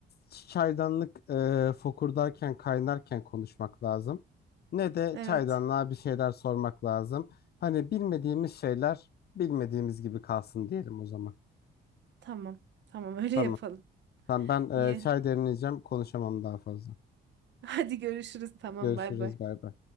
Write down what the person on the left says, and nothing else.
çaydanlık eee fokurdarken kaynarken konuşmak lazım. Ne de
çaydanlığa bir şeyler sormak lazım. Hani bilmediğimiz şeyler bilmediğimiz gibi kalsın diyelim o zaman.
Tamam.
Tamam ben
e, çay demleyeceğim. Konuşamam daha fazla.
Görüşürüz.
Bay bay.